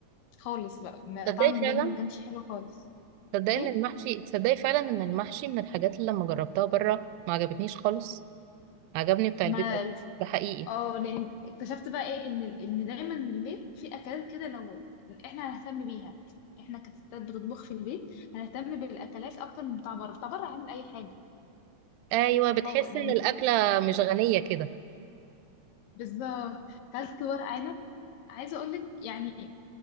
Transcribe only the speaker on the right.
تصدقي
فعلا
تصدقي
ان المحشي تصدقي فعلا ان المحشي من الحاجات اللي لما جربتها بره ما عجبتنيش خالص عجبني بتاع
البيت اكتر ده حقيقي
ايوه بتحس
ان
الاكله مش
غنيه
كده